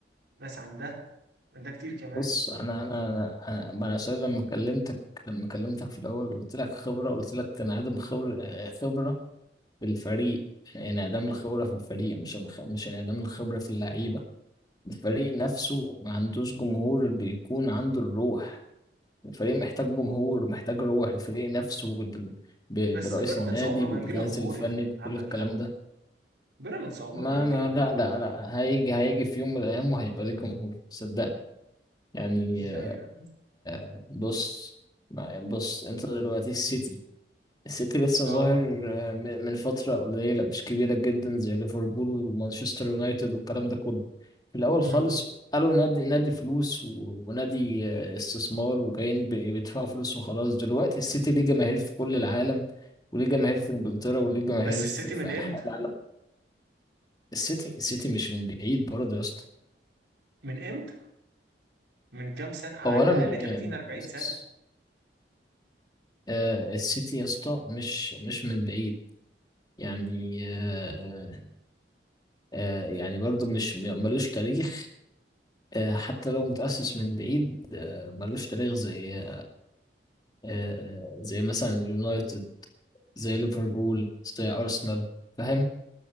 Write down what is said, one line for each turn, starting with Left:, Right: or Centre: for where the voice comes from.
Right: ناس عن ده عن ده كتير كمان
Left: بص أنا أنا أنا أنا ما أنا عشان لما كلمتك لما كلمتك في الأول قلت لك خبرة قلت لك تنعدم خبر آه، خبرة بالفريق انعدام الخبرة في الفريق مش الخ- مش انعدام الخبرة في اللعيبة الفريق نفسه ما عندوش جمهور بيكون عنده الروح الفريق محتاج جمهور محتاج روح الفريق نفسه ب- ب-
Right: بس
Left: برئيس
Right: بيراميدز
Left: النادي
Right: عمره
Left: بالجهاز
Right: ما هيجي له جمهور
Left: الفني
Right: يا
Left: بكل
Right: عم محمد
Left: الكلام ده
Right: بيراميدز عمره
Left: ما
Right: ما هيجي
Left: ما
Right: له جمهور
Left: لا لا لا هيجي هيجي في يوم من الأيام وهيبقى ليه جمهور صدقني يعني
Right: ازاي
Left: آه،
Right: يا عم
Left: آه، بص ما- بص انت دلوقتي السيتي السيتي لسه
Right: اه
Left: ظاهر آه، م- من فترة قليلة مش كبيرة جدا زي ليفربول ومانشستر يونايتد والكلام ده كله في الأول
Right: مم.
Left: خالص قالوا نادي نادي فلوس و- ونادي آه، استثمار وجايين ب- بيدفعوا فلوس وخلاص دلوقتي السيتي ليه جماهير في كل العالم وليه جماهير في إنجلترا وليه جماهير
Right: بس السيتي
Left: في,
Right: من
Left: في
Right: امتى
Left: أنحاء العالم السيتي السيتي مش من بعيد برضه يا اسطى
Right: من امتى من كام سنه على
Left: هو أنا
Right: الاقل
Left: م-
Right: 30
Left: يعني
Right: 40
Left: بص
Right: سنه
Left: آه، السيتي يا اسطى مش مش من بعيد يعني آه، آه، يعني برضه مش ملوش تاريخ آه، حتى لو متأسس من بعيد آه، ملوش تاريخ زي آه، زي مثلا اليونايتد زي ليفربول زي أرسنال فاهم